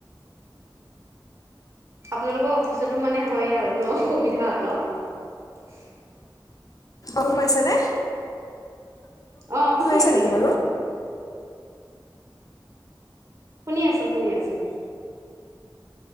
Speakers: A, on the right; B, on the left.
A: আপোনালোকৰ অফিচতো মানে হয় আৰু ন অসুবিধা অলপ
B: কোন পাইছে নে?
A: অ অ শুনি
B: আছে
A: আছো
B: নেকি
A: দিয়ক।
B: বাৰু
A: শুনি আছোঁ, শুনি আছোঁ।